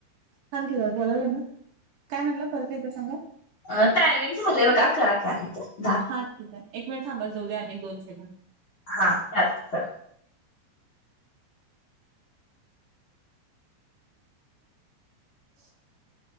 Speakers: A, on the right; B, on the left.
A: थांब की जरा बोललोय ना, काय म्हणाला परत एकदा सांगा.
B: अ टायमिंग झालंय बघा, करा की अनेकदा
A: हा ठीक आहे. एक मिनिट थांबा जाऊदे अनेक दोन सेकंड.
B: हा चालतंय चालतंय
A: <inaudible>